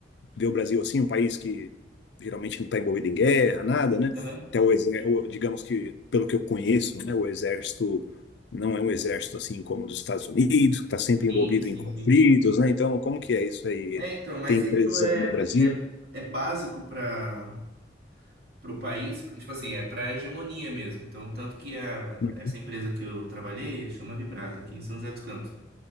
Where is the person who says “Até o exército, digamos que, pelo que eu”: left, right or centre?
Left